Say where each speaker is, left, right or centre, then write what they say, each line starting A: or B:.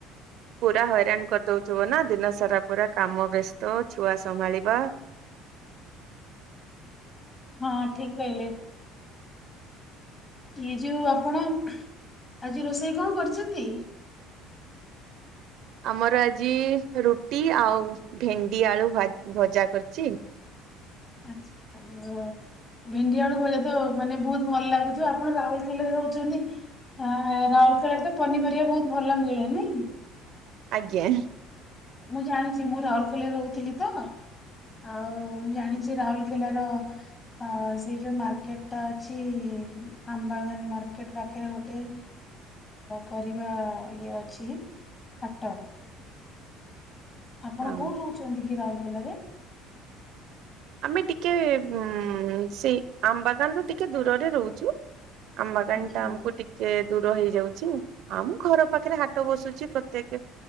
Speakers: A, on the right (about 65°); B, on the left (about 20°).
A: ପୁରା ହଇରାଣ କରିଦଉଥିବ ନା ଦିନ ସାରା ପୁରା କାମ ବ୍ୟସ୍ତ ଛୁଆ ସମ୍ଭାଳିବା।
B: ହଁ ଠିକ କହିଲେ। ଇଏ ଯୋଉ ଆପଣ ଆଜି ରୋଷେଇ କଣ କରିଛନ୍ତି?
A: ଆମର ଆଜି ରୁଟି ଆଉ ଭେଣ୍ଡି ଆଳୁ ଭଜା କରିଛି।
B: ଆଛା। ଭେଣ୍ଡି ବେଳୁକୁା ତ ମାନେ ବହୁତ ଭଲ ଲାଗୁଥିବ, ଆପଣ ରାଉରକେଲାରେ ରହୁଛନ୍ତି। ଆ ରାଉରକେଳାରେ ତ ପନିପରିବା ବହୁତ ଭଲ ମିଳେନାଇଁ?
A: ଆଜ୍ଞା।
B: ମୁଁ ଜାଣିଛି ମୁଁ ରାଉରକେଲ ରହୁଥିଲି ତ। ଆଉ ମୁଁ ଜାଣିଛି ରାଉରକେଲାର ଅ ସେଇ ଯୋଉ ମାର୍କେଟ ଟା ଅଛି ଆମ୍ବାଗାନ ମାର୍କେଟ ପାଖରେ ଗୋଟେ ପରିବା ଇଏ ଅଛି ହାଟ। ଆପଣ
A: ହଁ
B: କେଉଁଠି ରହୁଛନ୍ତି କି ରାଉରକେଲାରେ?
A: ଆମେ ଟିକେ ଉ ସେଇ ଆମ୍ବାଗାନରୁ ଟିକେ ଦୂରରେ ରହୁଛୁ। ଆମ ଘଣ୍ଟା
B: ଆଜ୍ଞା
A: ଆମକୁୁଟିି
B: ଆଜ୍ଞା
A: ସେ ଦୂର ହେଇଯାଉଛି ଆଉ ମୁଁ ଘର ପାଖରେ ହାଟ ବସୁଛି ପ୍ରତି ଦିନ।